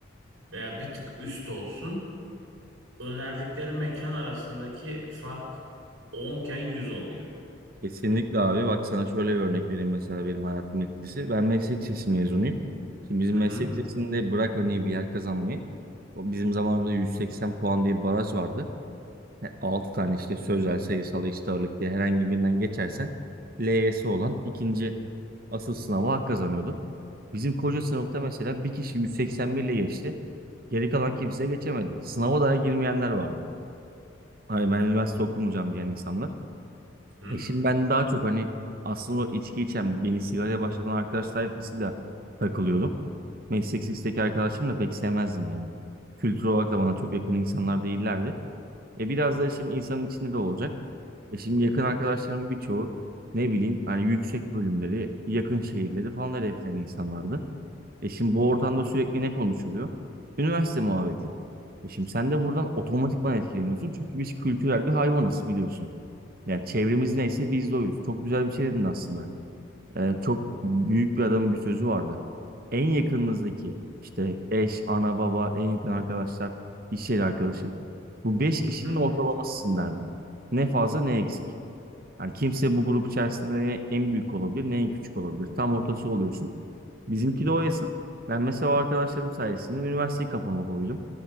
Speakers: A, on the right (about 90°); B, on the right (about 45°).
A: veya bir tık üst olsun. Önerdikleri mekan arasındaki fark onken 100 oluyor.
B: Kesinlikle abi. Bak sana şöyle bir örnek vereyim mesela benim hayatım etkisi. Ben meslek lisesi mezunuyum. Şimdi bizim
A: Hı
B: meslek
A: hı.
B: lisesinde bırak hani bir yer kazanmayı. O bizim zamanımızda 180 puan diye bir baraj vardı. E, 6 tane işte sözel, sayısal, eşit ağırlık diye herhangi birinden geçersen LYS olan ikinci Asıl sınava hak kazanıyordun. Bizim koca sınıfta mesela bir kişi 181 ile geçti. Geri kalan kimse geçemedi. Sınava daha girmeyenler vardı. Hani ben üniversite okumayacağım diyen insanlar.
A: Hı
B: E şimdi ben daha çok hani aslında o içki içen, beni sigaraya başlatan arkadaş tayfasıyla takılıyordum. Meslek lisesteki arkadaşımı pek sevmezdim yani. Kültür olarak da bana çok yakın insanlar değillerdi. E biraz da şimdi insanın içinde de olacak. E şimdi yakın arkadaşlarımın birçoğu ne bileyim hani yüksek bölümleri, yakın şehirleri falan hedefleyen insanlardı. E şimdi bu ortamda sürekli ne konuşuluyor? Üniversite muhabbeti. E şimdi sen de buradan otomatikman etkileniyorsun. Çünkü biz kültürel bir hayvanız biliyorsun. Yani çevremiz neyse biz de oyuz. Çok güzel bir şey dedin aslında. E, çok büyük bir adamın bir sözü vardı. En yakınınızdaki işte eş, ana, baba, en yakın arkadaşlar, iş yeri arkadaşı. Bu beş kişinin
A: hı.
B: ortalamasısın derdi. Ne fazla ne eksik. Yani kimse bu grup içerisinde ne en büyük olabilir ne en küçük olabilir. Tam ortası oluyorsun. Bizimki de o hesap. Ben mesela o arkadaşlarım sayesinde üniversiteyi kafama koydum.